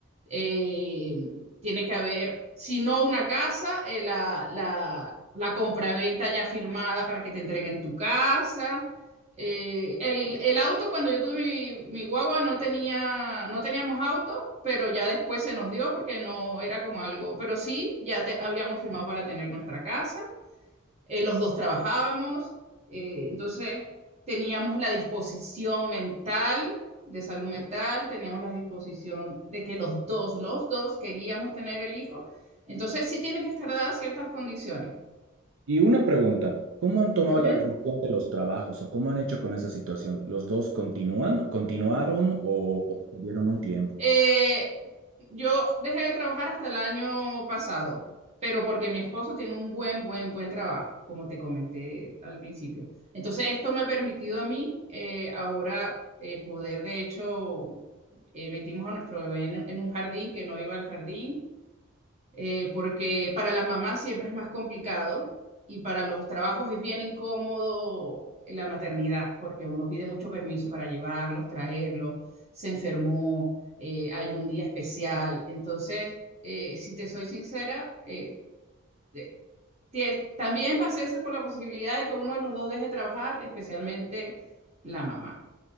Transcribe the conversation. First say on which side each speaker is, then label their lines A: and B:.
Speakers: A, on the right; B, on the right.
A: eh, tiene que haber, si no una casa, eh, la, la, la compraventa ya firmada para que te entreguen tu casa. Eh, el, el auto, cuando yo tuve mi, mi guagua, no tenía, no teníamos auto, pero ya después se nos dio porque no era como algo, pero sí, ya te, habíamos firmado para tener nuestra casa eh, los dos trabajábamos, eh, entonces teníamos la disposición mental de salud mental, teníamos la disposición de que los dos, los dos queríamos tener el hijo, entonces sí tienen que estar dadas ciertas condiciones.
B: Y una pregunta, ¿cómo han tomado
A: Uh
B: la
A: -huh.
B: decisión de los trabajos o cómo han hecho con esa situación? ¿Los dos continúan, continuaron o, o tuvieron un tiempo?
A: Eh, yo dejé de trabajar hasta el año pasado, pero porque mi esposo tiene un buen, buen, buen trabajo, como te comenté al principio. Entonces, esto me ha permitido a mí eh, ahora eh, poder, de hecho, eh, metimos a nuestro bebé en, en un jardín que no iba al jardín eh, porque para las mamás siempre es más complicado y para los trabajos es bien incómodo la maternidad, porque uno pide mucho permiso para llevarlos, traerlos, se enfermó, eh, hay un día especial. Entonces, eh, si te soy sincera, eh, de- tie- también pasé ese por la posibilidad de que uno de los dos deje trabajar, especialmente la mamá.